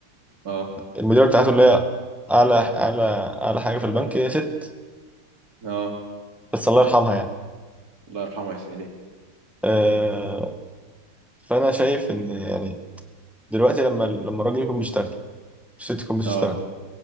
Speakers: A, on the right (about 40°); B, in the centre.
A: اه
B: المديره بتاعته اللي هي اعلى اعلى اعلى حاجه في البنك هي ست
A: اه
B: بس الله يرحمها يعني
A: الله يرحمه ويحسن اليه
B: آه، فانا شايف ان يعني دلوقتي لما لما الراجل يكون بيشتغل الست تكون بتشتغل
A: اه